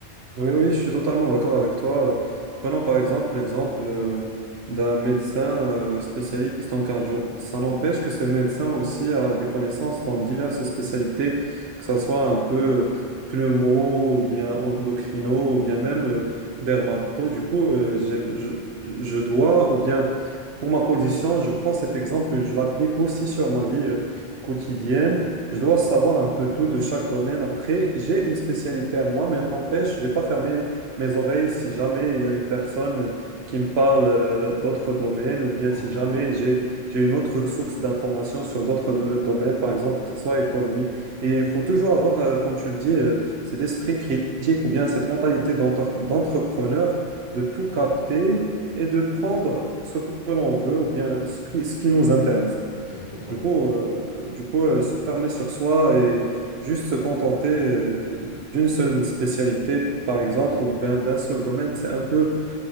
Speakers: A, on the right; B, on the left.
A: Oui, oui, je suis totalement d'accord avec toi. Prenons par exemple l'exemple euh, d'un médecin euh, spécialiste en cardio. Ça n'empêche que ce médecin aussi a des connaissances dans diverses spécialités, que ce soit un peu euh, pneumo, ou bien endocrino, ou bien même euh, dermato. Du coup, euh, j'ai- je, je dois, ou bien pour ma position, je prends cet exemple et je l'applique aussi sur ma vie euh, quotidienne. Je dois savoir un peu tout de chaque domaine. Après, j'ai une spécialité à moi, mais n'empêche, je vais pas fermer mes oreilles si jamais il y a une personne qui me parle euh, d'autres domaines ou bien
B: Ouais,
A: si jamais j'ai j'ai une autre source d'informations sur d'autres do- domaines, par exemple, que ce soit économie. Et il faut toujours avoir, euh, comme tu le dis, euh, cet esprit critique ou bien cette mentalité d'entre- d'entrepreneur de tout capter et de prendre ce que l'on veut ou bien ce qui, ce qui nous intéresse.
B: ouais, totalement.
A: Du coup, euh, du coup euh, se fermer sur soi et juste se contenter euh, d'une seule spécialité, par
B: Ouais,
A: exemple,
B: c'est
A: ou
B: vrai,
A: bien d'un seul domaine, c'est un peu,